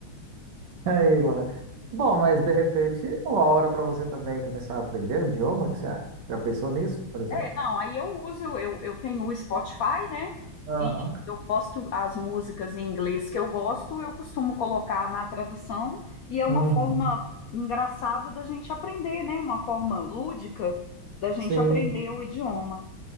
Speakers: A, on the right; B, on the left.
A: Aí lá. Bom, mas de repente, é uma hora para você também começar a aprender o idioma, o que você acha? Já pensou nisso, por exemplo?
B: É, não, aí eu uso, eu, eu tenho o Spotify, né?
A: Aham.
B: E eu gosto, as músicas em inglês que eu gosto, eu costumo colocar na tradução, e é uma
A: Uhum.
B: forma engraçada da gente aprender, né? Uma forma lúdica da gente
A: Sim.
B: aprender o idioma.